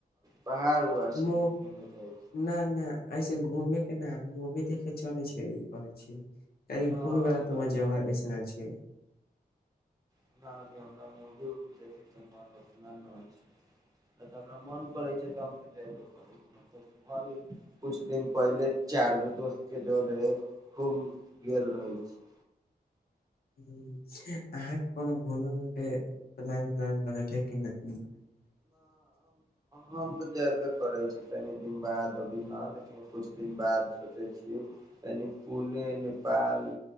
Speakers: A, on the right; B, on the left.
A: पहाड़ उहाड़ छै
B: न
A: कि घूमे जाइ छै
B: नहि ऐसे घूमे नहि मुभी देखे चल छै ई कह छै। त
A: न
B: घुम
A: हमरा
B: बला तोर जगह अऐसन छै।
A: हमना अभी हमरा मूवी उवी देखैके मन उतना नहि छै नहि तऽ हमरा मोन करै छै तऽ हम तऽ जयबे करै छी हम तऽ घर किछु दिन पहिले चारि गो दोस्तके जोरे घूब गेल रहै छी।
B: ह अहाँके कोनो घुम उ के प्लान उल बनेलियै कि नहि
A: हम तऽ जयबे करे छी तनि दिन बाद की न लेकिन कुछ दिन बाद सोचे छी कनि पुणे नेपाल